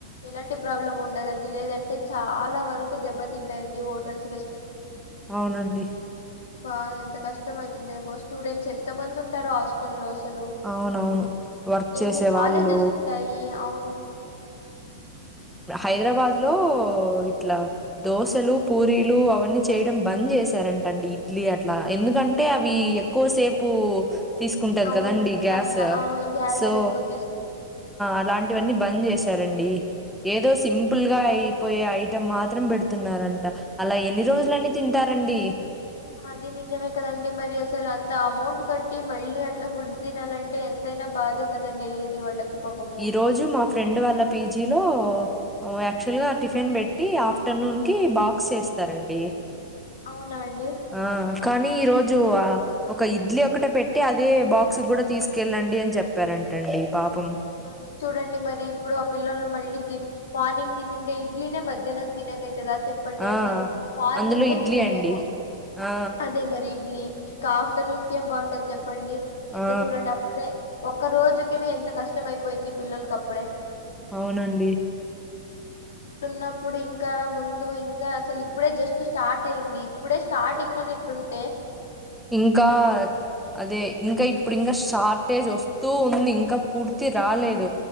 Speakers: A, on the left; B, in the centre.
A: ఎలాంటి ప్రాబ్లం ఉండదండి లేదంటే చాలా వరకు దెబ్బతింటాయండి హోటల్స్ రెస్టారెంట్స్ చో పిజిలు
B: అవునండి
A: బా ఎంత కష్టం అవుతుందేమో స్టూడెంట్స్ ఎంత మంది ఉంటారో హాస్టల్లో స్ హలో
B: అవునవును. వర్క్
A: ఎన్ని
B: చేసేవాళ్ళు
A: కాలేజెస్ ఉంటాయి అవును
B: హైదరాబాద్ లో ఇట్లా దోశలు పూరీలు అవన్నీ చేయడం బంద్ చేసి చేసారంటండి ఇడ్లీ అట్లా ఎందుకంటే అవి ఎక్కువసేపు తీసుకుంటది
A: అవును
B: కదండి గ్యాస్
A: మంట అవును గ్యాస్
B: సో
A: ఎక్కువ తీసుకుంట
B: అలా ఇవన్నీ బంద్ చేశారండి ఏదో సింపుల్గా అయిపోయే ఐటం మాత్రం పెడుతున్నారంట అలా ఎన్ని రోజులన్నీ తింటారండి
A: అది నిజమే కదండి మరి అసలు అంత అమౌంట్ కట్టి మళ్ళీ అట్లా ఫుడ్ తినాలంటె అంటే ఎంతైనా బాధ కదండి ఎది వాళ్ళకి పాపము
B: ఈ రోజు మా ఫ్రెండ్ వాళ్ళ పీజీలో యాక్చువల్ గా టిఫిన్ పెట్టి ఆఫ్టర్నూన్ కి బాక్స్ చేస్తారండి
A: అవునా అండి
B: ఆ కానీ ఈరోజు జు ఆ ఒక ఇడ్లీ ఒకట పెట్టి అదే బాక్స్ కూడా తీసుకెళ్ళండి అని చెప్పారంటండి పాపం
A: అదే చూడండి మరి ఇప్పుడు ఆ పిల్లలు మళ్ళీ తి మార్నింగ్ తినండే ఇడ్లీనే మధ్యాహ్నం తినకయి కదా చెప్పండి
B: ఆ
A: అసలు మార్నిం
B: అందులో
A: గ్కే
B: ఇడ్లీ
A: తినలేము
B: అండి ఆ
A: అదే మరి ఇడ్లీ ఇంకా ఆఫ్టర్నోకె ఏం బాగుంటది చెప్ప చెప్పండి ఎంత
B: ఆ
A: చూడండి అప్పుడే ఒక్క రోజుకనే ఎంత కష్టం అయిపోయింది పిల్లలకి అప్పుడే
B: అవునండి
A: అవు ఉనప్పుడు ఇంకా ముందు ఇంకా అసలు ఇప్పుడే జస్ట్ స్టార్ట్ అయింది ఇప్పుడే స్టార్టింగ్ లోనే ఇట్లాంటె
B: ఇంకా అదే ఇంకా ఇప్పుడు ఇంకా షార్ట్ స్టేజ్ వస్తూ ఉంది ఇంకా పూర్తి రాలేదు